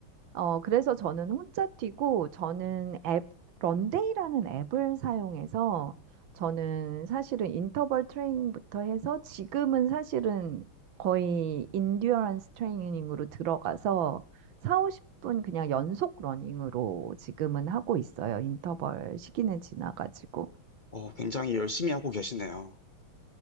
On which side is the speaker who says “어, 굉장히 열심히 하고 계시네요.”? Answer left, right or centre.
Left